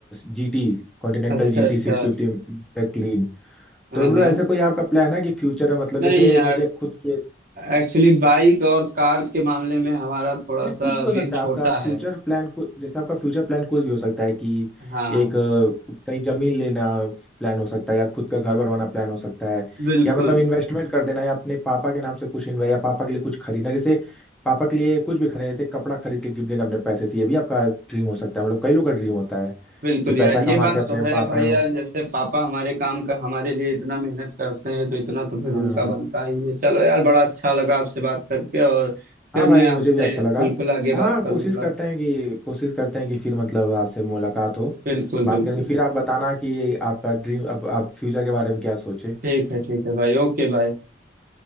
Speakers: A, in the centre; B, on the right (about 45°).
A: जीटी कॉन्टिनेंटल
B: अच्छा
A: जीटी
B: अच्छा
A: सिक्स फिफ्टी क्लीन
B: हाँ
A: तो मतलब
B: हाँ
A: ऐसा कोई आपका प्लान है कि फ्यूचर में मतलब
B: नहीं
A: जैसे
B: यार
A: मुझे खुद की
B: एक्चुअली बाइक और कार के मामले में हमारा थोड़ा
A: नहीं,
B: सा
A: कुछ भी
B: व्यू
A: हो सकता है
B: छोटा
A: आपका फ्यूचर
B: है
A: प्लान जैसे आपका फ्यूचर प्लान कुछ भी हो सकता है कि
B: हाँ
A: एक अ, कहीं जमीन लेना प्लान हो सकता है या खुद का घर बनवाना प्लान हो सकता है
B: बिल्कुल
A: या मतलब इन्वेस्टमेंट कर देना या अपने पापा के नाम से कुछ इन्वेस्ट या पापा के लिए कुछ खरीदना जैसे पापा के लिए कुछ भी खरीदना जैसे कपड़ा खरीद के गिफ्ट देना अपने पैसे से ये भी आपका ड्रीम हो सकता है मतलब कई लोग का ड्रीम होता है
B: बिल्कुल
A: कि पैसा
B: यार ये
A: कमा
B: बात
A: के अपने
B: तो है
A: पापा
B: भाई
A: या
B: यार
A: मम-
B: जैसे पापा हमारे काम का हमारे लिए इतना मेहनत करते हैं तो इतना तो फिर
A: हाँ
B: उनका बनता ही है चलो यार बड़ा अच्छा लगा आपसे बात करके और फिर
A: हाँ भाई
B: मैं आपसे
A: मुझे भी अच्छा लगा
B: बिल्कुल आगे
A: हाँ
B: बात करूंगा
A: कोशिश करते हैं कि कोशिश करते हैं कि फिर मतलब आपसे मुलाकात हो
B: बिल्कुल
A: बात
B: बिल्कुल
A: करेंगे फिर आप बताना कि आपका ड्रीम अब आप फ्यूचर के बारे में क्या सोचे
B: ठीक है ठीक है भाई ओके भाई